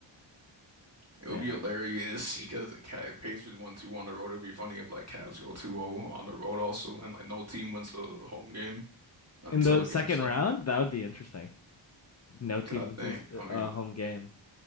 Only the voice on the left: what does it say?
Damn.
In the
second
round, that would be interesting. No team
wins
this
uh, home game.